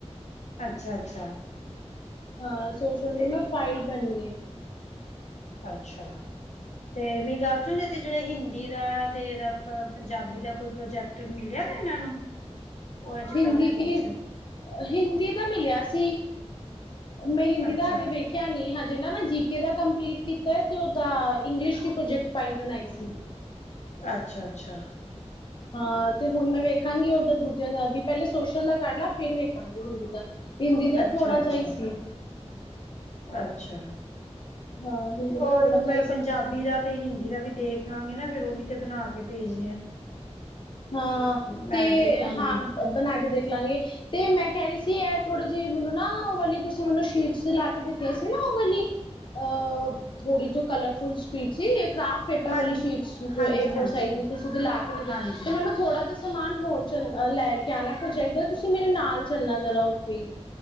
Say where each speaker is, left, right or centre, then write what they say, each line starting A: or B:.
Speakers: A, on the left (about 85°); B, on the left (about 45°).
A: ਅੱਛਾ ਅੱਛਾ।
B: ਹਾਂ। ਸੋਸ਼ਲ ਦੀ
A: ਤੇ
B: ਨਾ ਫਾਈਲ ਬਣਨੀ ਹੈ।
A: ਅੱਛਾ ਤੇ ਮੇਰੀ ਗੱਲ ਸੁਣ ਜੇ ਤੇ ਜਿਹੜਾ ਹਿੰਦੀ ਦਾ ਤੇ ਇਹਦਾ ਪੰਜਾਬੀ ਦਾ ਕੋਈ ਪ੍ਰੋਜੈਕਟ ਮਿਲਿਆ ਤੇ ਇਹਨਾਂ ਨੂੰ ਉਹਦੇ ਚ
B: ਹਿੰਦੀ
A: ਕਰਨਾ ਕੁਛ
B: ਹਿੰ ਹਿੰਦੀ ਦਾ ਮਿਲਿਆ ਸੀ ਮੈਂ ਹਿੰਦੀ
A: ਅੱਛਾ
B: ਦਾ ਹਜੇ ਵੇਖਿਆ ਨੀ ਹਜੇ ਨਾ ਮੈਂ ਜੀ ਕੇ ਦਾ ਕੰਪਲੀਟ ਕੀਤਾ ਤੇ ਉਹਦਾ ਇੰਗਲਿਸ਼ ਦੀ ਪ੍ਰੋਜੈਕਟ ਫਾਈਲ ਬਣਾਈ ਸੀ।
A: ਅੱਛਾ-ਅੱਛਾ
B: ਹਾਂ ਤੇ ਹੁਣ ਮੈਂ ਵੇਖਾਂਗੀ ਉਹਦਾ ਦੂਜਾ ਵੀ ਪਹਿਲੇ ਸੋਸ਼ਲ ਦਾ ਕਰ ਲਾ ਫੇਰ ਵੇਖਾਂਗੇ ਹਿੰਦੀ ਦਾ ਹਿੰਦੀ ਦਾ
A: ਅੱਛਾ
B: ਥੋੜ੍ਹਾ
A: ਅੱਛਾ
B: ਜਾ ਹੀ ਸੀ
A: ਅੱਛਾ
B: ਹਾਂ ਹਿੰਦੀ
A: ਤੇ
B: ਦਾ
A: ਉਹ
B: ਥੋੜਾ ਜਿਹਾ
A: ਮੈਂ
B: ਹੀ ਸੀ
A: ਪੰਜਾਬੀ
B: ਤੇ ਬਾਅਦ
A: ਦਾ
B: ਚ
A: ਤੇ ਹਿੰਦੀ ਦਾ ਵੀ ਦੇਖ ਲਾਂਗੇ ਨਾ ਫੇਰ ਉਹ ਵੀ ਤੇ ਬਣਾ ਕੇ ਭੇਜ
B: ਹਾਂ,
A: ਮੈਂ
B: ਤੇ
A: ਦੇਖਾਂਗੀ
B: ਹਾਂ ਬਣਾ ਕੇ ਦੇਖ ਲਾਂਗੇ ਤੇ ਮੈਂ ਕਹਿ ਰਹੀ ਸੀ ਇਹ ਥੋੜੀ ਜਿਹੀ ਮੈਨੂੰ ਨਾ ਉਹ ਵਾਲੀ ਤੁਸੀਂ ਮੈਨੂੰ ਸ਼ੀਟਸ ਲਾ ਕੇ ਦਿੱਤੀਆਂ ਸੀ ਨਾ, ਉਹ ਵਾਲੀ ਅਹ ਥੋੜੀ ਜੋ ਕਲਰਫੁਲ ਸ਼ੀਟ ਸੀ ਕਰਾਫਟ ਪੇਪਰ
A: ਹਾਂਜੀ
B: ਵਾਲੀ ਸ਼ੀਟਸ ਜੋ
A: ਹਾਂਜੀ
B: ਏ
A: ਹਾਂਜੀ
B: ਫੋਰ ਸਾਈਜ਼ ਦੀ ਲੈ ਕੇ ਦੀਦੇ
A: ਹਾਂਜੀ
B: ਤੇ ਮੈਨੂੰ ਥੋੜਾ ਸਮਾਨ ਹੋਰ ਚ ਲੈ ਕੇ ਆਣਾ ਪ੍ਰੋਜੈਕਟ ਦਾ ਤੁਸੀਂ ਮੇਰੇ ਨਾਲ ਚੱਲਣਾ ਜ਼ਰਾ ਉੱਥੇ ਹੀ